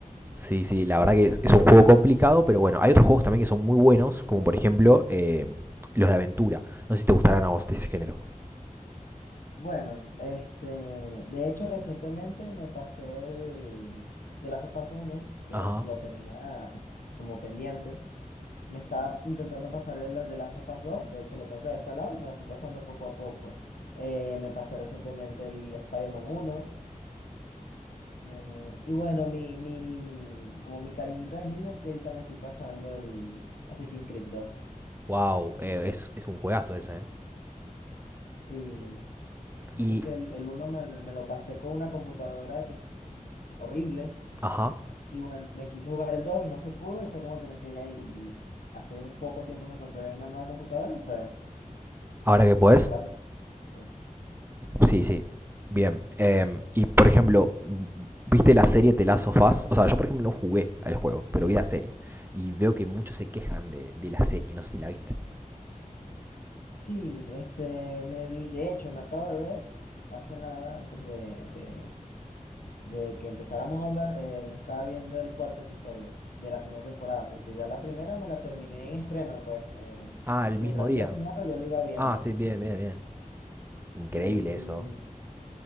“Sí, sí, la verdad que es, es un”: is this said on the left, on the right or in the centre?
Right